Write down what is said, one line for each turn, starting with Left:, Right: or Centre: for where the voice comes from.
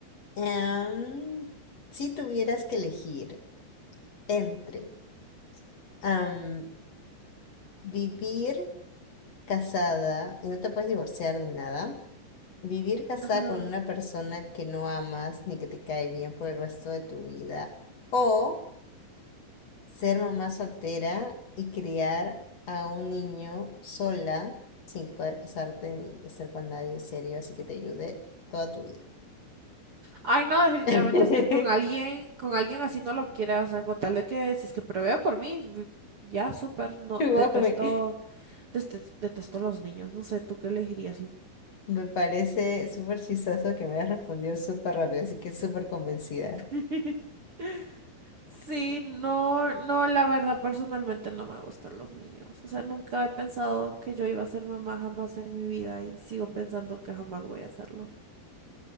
Left: Em, si tuvieras que elegir entre em, vivir casada y no te puedes divorciar ni nada, vivir casada
Right: Ajá.
Left: con una persona que no amas ni que te cae bien por el resto de tu vida, o ser mamá soltera y criar a un niño sola sin poder casarte ni estar con nadie serio, así que te ayude toda tu vida.
Right: Ay, no, definitivamente
Left: <laughs>
Right: estoy con alguien, con alguien así no lo quiera, o sea, con tal de que si es que provea por mí, vi- ya, súper, no,
Left: Guau,
Right: detesto,
Left: me,
Right: deste- detesto los niños, no sé, ¿tú qué elegirías?
Left: me parece súper chistoso que me hayas respondido súper rápido, así que súper convencida.
Right: <laughs> Sí, no, no, la verdad personalmente no me gustan los niños, o sea, nunca he pensado que yo iba a ser mamá jamás en mi vida y sigo pensando que jamás voy a hacerlo.